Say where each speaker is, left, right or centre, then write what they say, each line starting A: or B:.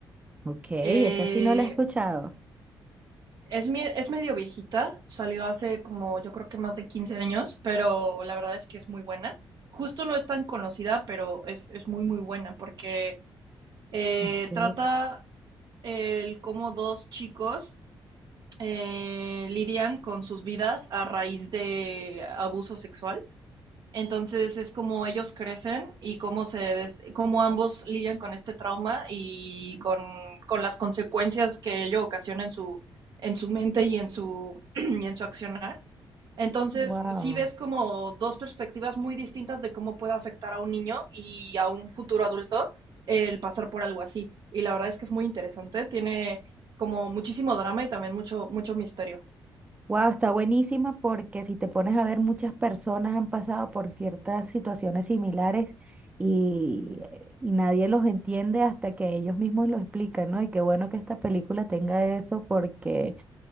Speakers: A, on the right; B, on the right.
A: Ok, esa
B: Eh,
A: sí no la he escuchado.
B: es, mi- es medio viejita, salió hace como yo creo que más de 15 años, pero la verdad es que es muy buena. Justo no es tan conocida, pero es, es muy, muy buena porque eh,
A: Ok,
B: trata el cómo dos chicos eh, lidian con sus vidas a raíz de abuso sexual. Entonces es como ellos crecen y cómo, se des- cómo ambos lidian con este trauma y con, con las consecuencias que ello ocasiona en su, en su mente y en su, <clears throat> y en su accionar. Entonces,
A: wow.
B: sí ves como dos perspectivas muy distintas de cómo puede afectar a un niño y a un futuro adulto el pasar por algo así. Y la verdad es que es muy interesante, tiene como muchísimo drama y también mucho, mucho misterio.
A: Wow, está buenísima porque si te pones a ver, muchas personas han pasado por ciertas situaciones similares y, y nadie los entiende hasta que ellos mismos lo explican, ¿no? Y qué bueno que esta película tenga eso porque,